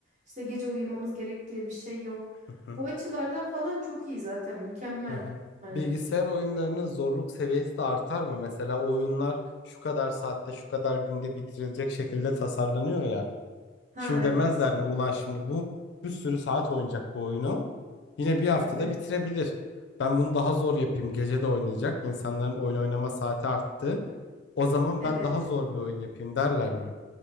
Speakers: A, on the right; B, on the left.
A: İşte gece uyumamız gerek diye bir şey yok.
B: Hı hı.
A: Bu açılardan falan çok iyi zaten mükemmel.
B: hı.
A: Hani.
B: Bilgisayar oyunlarının zorluk seviyesi de artar mı? Mesela oyunlar şu kadar saatte, şu kadar günde bitirilecek şekilde tasarlanıyor ya.
A: Ha
B: Şimdi demezler
A: evet.
B: mi ulan şimdi bu bir sürü saat oynayacak bu oyunu. Yine bir haftada
A: Evet.
B: bitirebilir. Ben bunu daha zor yapayım. Gece de oynayacak. İnsanların oyun oynama saati arttı. O zaman
A: Evet.
B: ben daha zor bir oyun yapayım derler mi?